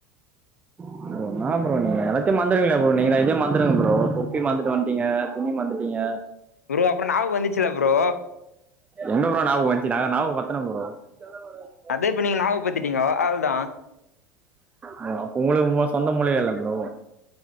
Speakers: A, on the right; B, on the left.
A: ப்ரோ இன்னா ப்ரோ நீங்க எல்லாத்தையு மறந்திடுவீங்களா ப்ரோ நீங்கதா இதயே மறந்துடுங்க ப்ரோ தொப்பி மற்ந்துட்டு வன்ட்டீங்க துணி மறந்துட்டீங்க
B: ப்ரோ அப்புறோ நாபகோ வந்துச்சுல ப்ரோ
A: எங்க ப்ரோ ஞாபகோ வந்துச்சு நாங்க ஞாபகோ பத்தனோ ப்ரோ செல மரோ வெய்ங்க
B: அதே இப்ப நீங்க ஞாபகோ பத்துட்டீங்கோ அவள்தா
A: ஓ அப்ப உங்குளுக்கு மூ சொந்த மூளையே இல்ல ப்ரோ